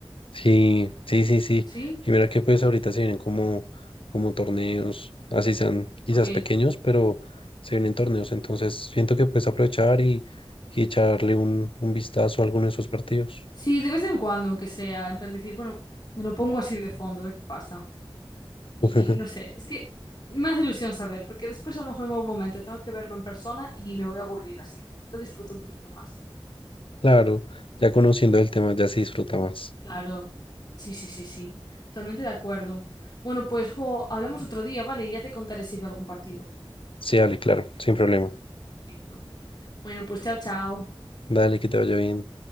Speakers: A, on the left; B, on the left.
A: sí, sí, sí, sí.
B: ¿Sí?
A: Y mira que pues ahorita se vienen como, como torneos, así sean quizás
B: Ok.
A: pequeños, pero se vienen torneos, entonces siento que puedes aprovechar y, y echarle un, un vistazo a alguno de esos partidos.
B: Sí, de vez en cuando, aunque sea, en plan decir, bueno, me lo pongo así de fondo, a ver qué pasa. Y,
A: <laughs>
B: y no sé, es que me hace ilusión saber, porque después a lo mejor en algún momento tengo que verlo en persona y me voy a aburrir, así que así lo disfruto un poquito más.
A: Claro, ya conociendo el tema ya se disfruta más.
B: Claro, sí, sí, sí, sí, totalmente de acuerdo. Bueno, pues jo, hablamos otro día, ¿vale? Y ya te contaré si veo algún partido.
A: Sí, dale, claro, sin problema.
B: Perfecto. Bueno, pues chao, chao.
A: Dale, que te vaya bien.